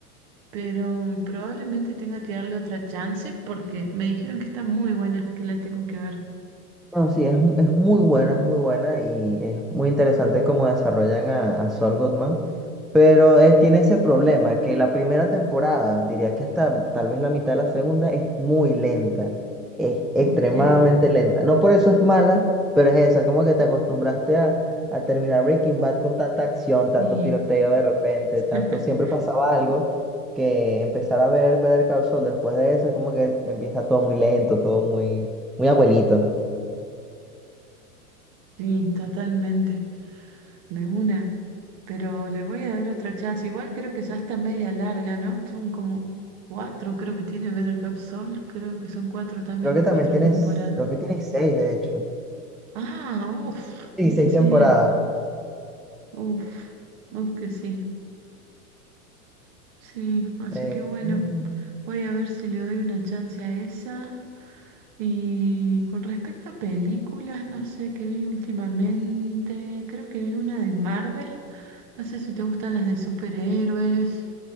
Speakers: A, on the right (about 50°); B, in the centre.
A: Pero mm, probablemente tenga que darle otra chance porque me dijeron que está muy buena, que la tengo que ver.
B: No, sí, es, mu- es muy buena, es muy buena y es muy interesante cómo desarrollan a, a Saul Goodman, pero eh, tiene ese problema que la primera temporada, diría que hasta tal vez la mitad de la segunda, es muy lenta, es
A: Ok,
B: extremadamente lenta. No por eso es mala, pero es eso, es como que te acostumbraste a, a terminar Breaking Bad con tanta acción, tanto
A: y
B: tiroteo de repente, tanto
A: <laughs>
B: siempre pasaba algo, que empezar a ver Better Call Saul después de eso es como que empieza todo muy lento, todo muy, muy abuelito.
A: sí, totalmente. de una. Pero le voy a dar otra chance. Igual creo que ya está media larga, ¿no? Son como cuatro, creo que tiene Better Call Saul. Creo que son cuatro también,
B: Creo que también
A: cuatro
B: tienes,
A: temporadas.
B: creo que tienes seis, de hecho.
A: Ah, uff.
B: Sí, seis
A: Sí,
B: temporadas.
A: uff. Uff que sí. Sí, así
B: Eh,
A: que bueno,
B: mm,
A: voy a ver si le doy una chance a esa. Y con respecto a películas, no sé qué vi últimamente. Creo que vi una de Marvel. No sé si te gustan las de superhéroes.